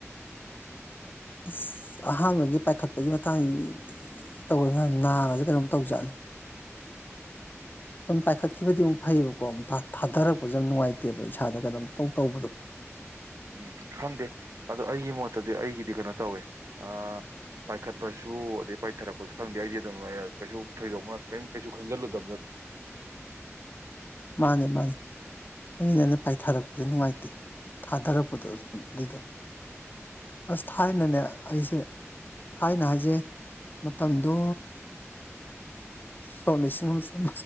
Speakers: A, on the left; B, on the right.
A: ꯑꯁ ꯑꯍꯥꯟꯕꯒꯤ ꯄꯥꯏꯈꯠꯄꯒꯤ ꯃꯇꯥꯡ ꯇꯧꯋꯧ ꯈꯔ ꯅꯥꯒꯁꯦ ꯀꯩꯅꯣꯝ ꯇꯧꯖꯥꯠꯅꯤ ꯁꯨꯝ ꯄꯥꯏꯈꯠꯈꯤꯕꯗꯤ ꯑꯃꯨꯛ ꯐꯩꯌꯦꯕꯀꯣ ꯊꯥꯗꯔꯛꯄꯁꯦ ꯌꯥꯝ ꯅꯨꯡꯉꯥꯏꯇꯦꯕ ꯏꯁꯥꯗ ꯀꯩꯅꯣꯝ ꯏꯇꯧ ꯇꯧꯕꯗꯣ
B: ꯎꯝ ꯈꯪꯗꯦ ꯑꯗꯣ ꯑꯩꯒꯤ ꯃꯣꯠꯇꯗꯤ ꯑꯩꯒꯤꯗꯤ ꯀꯩꯅꯣ ꯇꯧꯋꯦ ꯑꯥ ꯄꯥꯏꯈꯠꯄꯁꯨ ꯑꯗꯩ ꯄꯥꯏꯊꯔꯛꯄꯁꯨ ꯈꯪꯗꯦ ꯑꯩꯗꯤ ꯑꯗꯨꯝ ꯀꯩꯁꯨ ꯊꯣꯏꯗꯣꯛꯅ ꯀꯦꯝ ꯀꯩꯁꯨ ꯈꯟꯖꯤꯜꯂꯨꯗꯕꯗꯣ
A: ꯃꯥꯅꯦ ꯃꯥꯅꯦ ꯑꯩꯅ ꯄꯥꯏꯊꯔꯛꯄꯗꯣ ꯅꯨꯡꯉꯥꯏꯇꯦ ꯊꯥꯗꯔꯛꯄꯗꯣ ꯑꯗꯨꯗꯣ ꯑꯁ ꯊꯥꯏꯅꯅꯦ ꯑꯩꯁꯦ ꯊꯥꯏꯅ ꯍꯥꯏꯖꯦ ꯃꯇꯝꯗꯣ ꯁꯣꯛ ꯂꯤꯁꯤꯡ ꯑꯃ ꯆꯝ